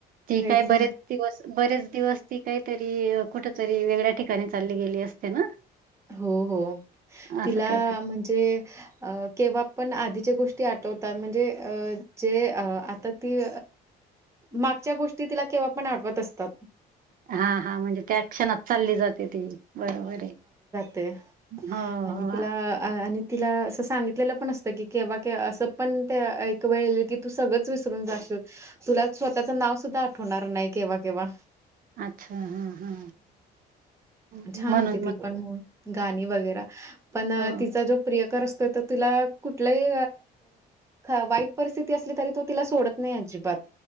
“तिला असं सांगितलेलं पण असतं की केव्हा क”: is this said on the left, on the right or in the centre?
Right